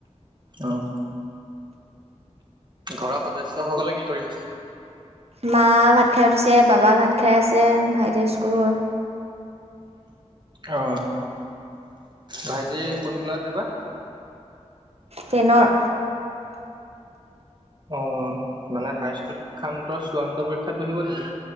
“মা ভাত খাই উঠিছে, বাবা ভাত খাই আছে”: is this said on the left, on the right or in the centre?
Right